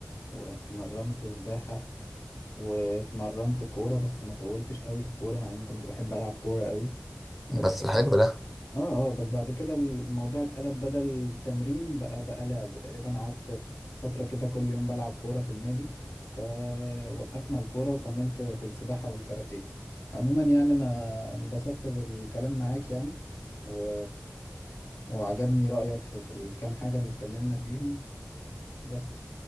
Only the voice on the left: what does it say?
واتمرنت سباحة واتمرنت كورة بس ما طولتش قوي في الكورة مع اني كنت بحب العب كورة قوي بس
اه اه بس بعد كده الموضوع اتقلب بدل تمرين بقى بقى لعب تقريبا قعدت فترة كده كل يوم بلعب كورة في النادي فوقفنا الكورة وكملت في السباحة والكاراتيه عموما يعني انا انبسطت بالكلام معاك يعني و... وعجبني رأيك في, في الكام حاجة اللي اتكلمنا فيهم بس